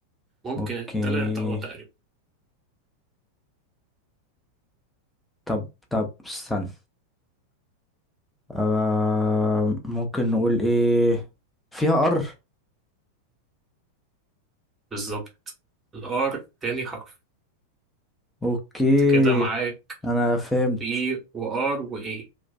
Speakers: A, on the right (about 20°); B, in the centre.
A: ممكن
B: اوكي
A: التلاتة اه تقريبا
B: طب طب استنى آه ممكن نقول ايه فيها ار
A: بالظبط الار تاني حرف
B: اوكي
A: انت كده معاك
B: انا فهمت
A: بي وار وايه